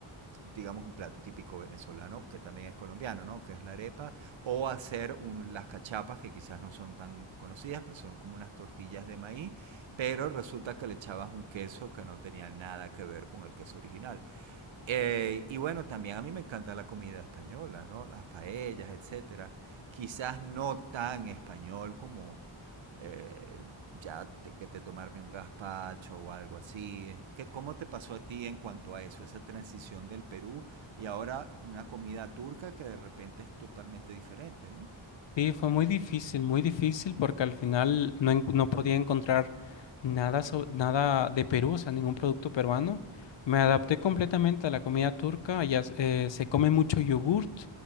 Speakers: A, on the right; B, on the left.
A: digamos, un plato típico venezolano, que también es colombiano, ¿no? Que es la arepa, o hacer un- las cachapas, que quizás no son tan conocidas, pero son como unas tortillas de maíz pero resulta que le echabas un queso que no tenía nada que ver con el queso original. Eh, y bueno, también a mí me encanta la comida española, ¿no? Las paellas, etcétera. Quizás no tan español como eh, ya te, que te tomarme un gazpacho o algo así. ¿Qué, ¿Cómo te pasó a ti en cuanto a eso, esa transición del Perú y ahora una comida turca que de repente es totalmente diferente, ¿no?
B: Sí, fue muy difícil, muy difícil porque al final no, en- no podía encontrar nada, so- nada de Perú, o sea, ningún producto peruano. Me adapté completamente a la comida turca. Allá eh, se come mucho yogurt,